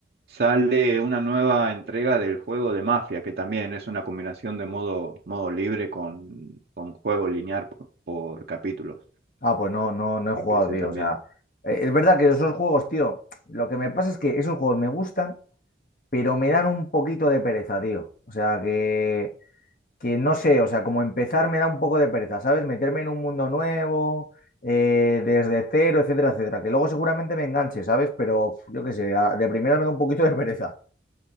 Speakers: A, on the right; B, on the left.
A: sale una nueva entrega del juego de Mafia, que también es una combinación de modo, modo libre con, con juego lineal por, por capítulos.
B: Ah, pues no, no, no he
A: Así
B: jugado,
A: que ese
B: tío.
A: también.
B: O sea, eh, es verdad que esos juegos, tío, lo que me pasa es que esos juegos me gustan, pero me dan un poquito de pereza, tío. O sea, que, que no sé, o sea, como empezar me da un poco de pereza, ¿sabes? Meterme en un mundo nuevo, eh, desde cero, etcétera, etcétera. Que luego seguramente me enganche, ¿sabes? Pero pf, yo qué sé, a- de primera me da un poquito de pereza.